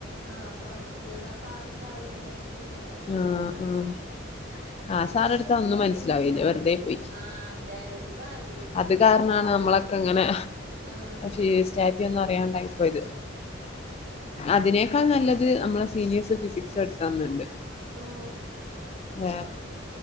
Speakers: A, on the right; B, on the left.
A: ആഹ് അപ്പ അവ ക്ക് ആ സാറുണ്ടാവില്ല ആയിരിക്കും അതെങ്ങനെയോ
B: ആഹ് ആഹ് ആഹ് സാറെ എടുത്ത് ഒന്നും മനസ്സിലാവല്ലേ വെറുതെ പോയി
A: ആഹ് അതെ ഒരു കാര്യോല്ല
B: അത് ക നമ്മളൊക്കെ ഇങ്ങനെ
A: ആഹ്
B: ഫേസ്റ്റാറ്റിയ ഒന്നും അറിയാനല്ലായിയിപ്പോയത് അതിനേക്കാൾ നല്ലത് നമ്മളെ സീനിയേഴസ് ഫിസിക്സ് എടുക്കാന്നുണ്ട്
A: ആഹ്
B: ഏഹ്